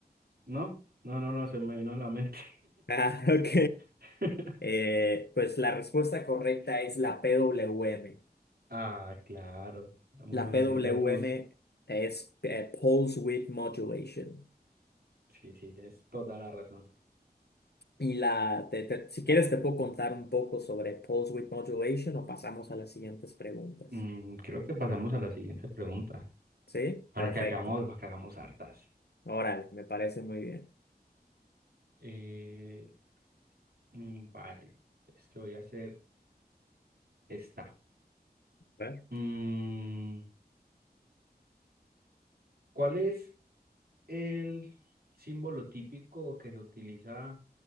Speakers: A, on the right; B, on the left.
A: No, no, no, no, se me vino a la mente.
B: Ah, <laughs> ok.
A: <laughs>
B: Eh, pues la respuesta correcta es la P W M.
A: Ah, claro, la modulación
B: La P W
A: de pulso.
B: M es eh, Pulse Width Modulation.
A: Sí, sí, tienes toda la razón.
B: Y la, te- te- si quieres te puedo contar un poco sobre Pulse Width Modulation o pasamos a las siguientes preguntas.
A: Mm, creo que pasamos a la siguiente pregunta
B: ¿Sí?
A: para
B: Perfecto.
A: que hagamos, para que hagamos hartas.
B: Órale, me parece muy bien.
A: Eh, mm, vale, te voy a hacer esta.
B: A ver.
A: Mm, ¿Cuál es el símbolo típico que se utiliza